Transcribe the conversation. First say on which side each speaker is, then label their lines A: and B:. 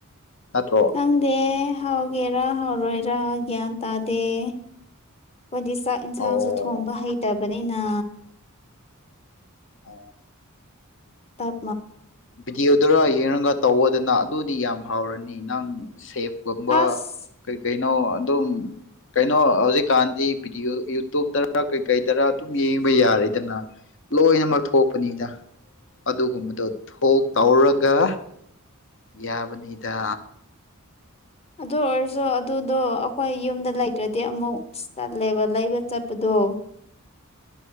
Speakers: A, on the left; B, on the left.
A: ꯅꯠꯇ꯭ꯔꯣ
B: ꯈꯪꯗꯦ ꯍꯥꯎꯒꯦꯔ ꯍꯥꯎꯔꯣꯏꯔ ꯒ꯭ꯌꯥꯟ ꯇꯥꯗꯦ ꯑꯩꯈꯣꯏꯗꯤ ꯆꯥꯛ ꯏꯟꯁꯥꯡꯁꯨ
A: ꯑꯣ
B: ꯊꯣꯡꯕ ꯍꯩꯇꯕꯅꯤꯅ
A: ꯑ
B: ꯇꯥ
A: ꯚꯗꯤꯑꯣꯗꯨꯔ ꯌꯦꯡꯉꯒ ꯇꯧꯋꯗꯅ ꯑꯗꯨꯗꯤ ꯌꯥꯝ ꯍꯥꯎꯔꯅꯤ ꯅꯪ ꯁꯦꯞꯀꯨꯝꯕ
B: ꯑꯁ
A: ꯀꯩ ꯀꯩꯅꯣ ꯑꯗꯨꯝ ꯀꯩꯅꯣ ꯍꯧꯖꯤꯛꯀꯥꯟꯗꯤ ꯚꯗꯤꯑꯣ ꯌꯨꯇꯨꯕꯇꯔ ꯀꯩꯀꯩꯗꯔ ꯑꯗꯨꯝ ꯌꯦꯡꯕ ꯌꯥꯔꯦꯗꯅ ꯂꯣꯏꯅꯃꯛ ꯊꯣꯛꯄꯅꯤꯗ ꯑꯗꯨꯒꯨꯝꯕꯗꯣ ꯊꯣꯛ ꯇꯧꯔꯒ ꯌꯥꯕꯅꯤꯗ
B: ꯑꯗꯨ ꯑꯣꯏꯔꯁꯨ ꯑꯗꯨꯗꯣ ꯑꯩꯈꯣꯏ ꯌꯨꯝꯗ ꯂꯩꯇ꯭ꯔꯗꯤ ꯑꯃꯨꯛ ꯇꯜꯂꯦꯕ ꯂꯩꯕ ꯆꯠꯄꯗꯣ ꯑꯣ